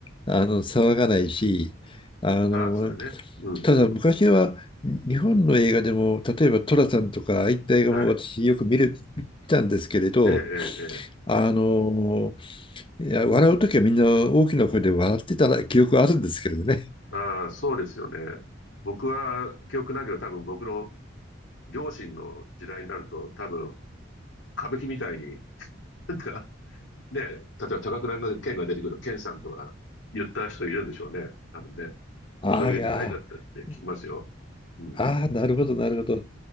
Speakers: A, on the left; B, on the left.
A: あの騒がないしあの
B: ああ、それね。うんうん。
A: ただ昔は日本の映画でも例えば寅さんとかああいった映画も私よく見る見たんですけれど
B: はい。ええ、ええ、ええ。
A: あのいや笑う時はみんな大きな声で笑ってたら記憶はあるんですけれどね。
B: ああ、そうですよね。僕は記憶ないけど、多分僕の両親の時代になると、多分歌舞伎みたいに、なんかね、例えば高倉の剣が出てくる剣さんとか言った人いるんでしょうね。多分ね。
A: ああ、
B: そういう時代だったって聞きますよ。
A: いやー、
B: うん。
A: ああ、なるほど、なるほど。